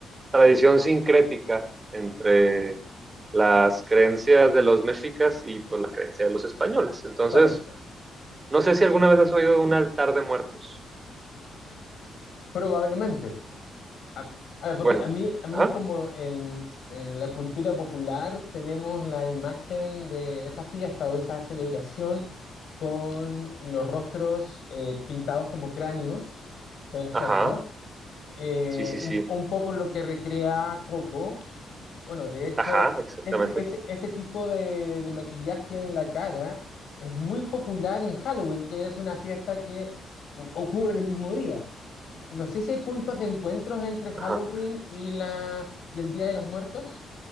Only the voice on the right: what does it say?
tradición sincrética entre las creencias de los mexicas y pues la creencia de los españoles. Entonces,
no sé si alguna vez has oído de un altar de muertos.
Bueno,
ajá,
ajá,
sí, sí, sí,
ajá, exactamente,
ajá.